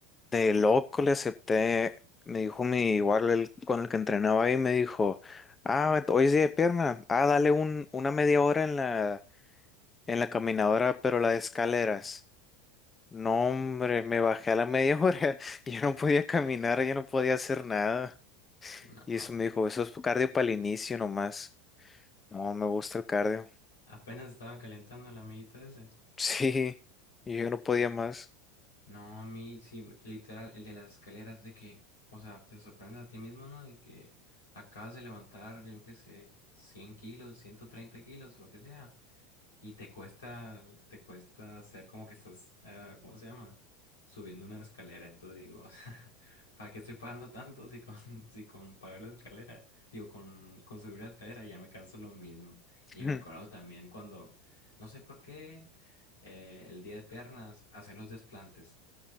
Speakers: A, on the left; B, on the left.
A: de loco le acepté, me dijo mi igual el, con el que entrenaba ahí, me dijo, ah, hoy es día de pierna, ah, dale un, una media hora en la, en la caminadora, pero la de escaleras. No, hombre, me bajé a la media hora. <laughs> Yo no podía caminar, yo no podía hacer nada.
B: No,
A: Y eso me dijo, eso es cardio para el inicio nomás. No, me gusta el cardio. <laughs>
B: apenas estaba calentando el amiguito ese.
A: Sí, y yo no podía más.
B: No, a mí sí, literal, el de las escaleras, de que, o sea, te sorprendes a ti mismo, ¿no? De que acabas de levantar, yo qué sé, 100 kilos, 130 kilos, lo que sea. y te cuesta, te cuesta hacer como que estás, eh, ¿cómo se llama? Subiendo una escalera. Entonces digo, <laughs> o sea, ¿para qué estoy pagando tanto si con, <laughs> si con pagar la escalera? Digo, con, con subir la escalera ya me canso lo mismo.
A: <laughs>
B: Y me acuerdo también cuando, no sé por qué, eh, el día de piernas, hacer los desplantes.